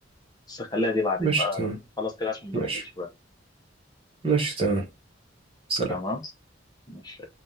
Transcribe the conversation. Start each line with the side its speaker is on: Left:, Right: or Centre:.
Left: بس خليها دي بعدين
Right: ماشي
Left: بقى
Right: تمام
Left: لما خلاص كده عشان ما
Right: ماشي
Left: اشغلش بقى
Right: ماشي تمام سلام
Left: تمام ماشي